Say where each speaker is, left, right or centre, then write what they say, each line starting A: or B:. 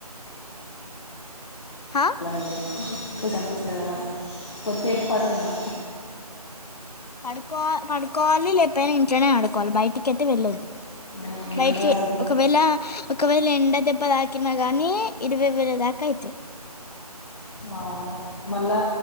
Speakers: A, on the left (about 75°); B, on the left (about 50°).
A: హా
B: ఎలా అండి కొ అనిపిస్తుంది కదా మనికి కొద్దిసేపు పడు ఉన్నా
A: పడుకో పడుకోవాలి లేకపోయినా ఇంట్లోనే ఆడుకోవాలి బయట్టికిఅయితే వెళ్ళొద్దు
B: ఉమ్
A: బయటికి
B: ఉండదు
A: ఒకవేళ ఒకవేళ ఎండ దెబ్బ తాకినా గాని ఇరవై వేల తాకి కైతే
B: అవును మళ్ళా